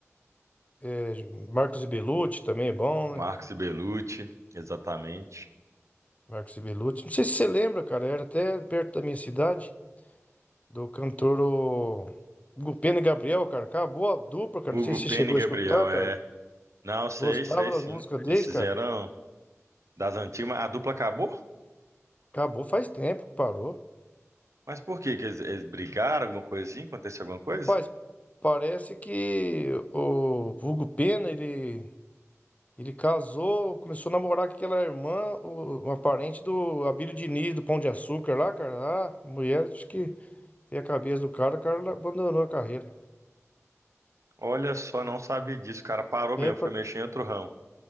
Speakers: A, on the left (about 30°); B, on the right (about 70°).
A: é, Marcos e Belucci também é bom,
B: Marcos
A: né?
B: e Belucci, exatamente.
A: Marcos e Belucci. Não sei se você lembra, cara, era até perto da minha cidade, do cantor... o Gupena e Gabriel, cara, acabou a dupla, cara.
B: Hugo
A: Não sei se
B: Pena
A: você chegou
B: e Gabriel,
A: a escutar, cara.
B: é. Não, sei,
A: Gostava
B: sei
A: das
B: sim.
A: músicas deles,
B: Esses
A: cara?
B: eram das antigas, mas a dupla acabou?
A: Acabou faz tempo que parou.
B: Mas por quê? Que eles, eles brigaram, alguma coisa assim? Aconteceu alguma coisa?
A: Rapaz, parece que o Hugo Pena, ele, ele casou, começou a namorar com aquela irmã, o- uma parente do Abílio Diniz, do Pão de Açúcar lá, cara. Ah, mulher, acho que tem a cabeça do cara, o cara abandonou a carreira.
B: Olha só, não sabia disso, o cara parou
A: É,
B: mesmo,
A: par-
B: foi mexer em outro ramo.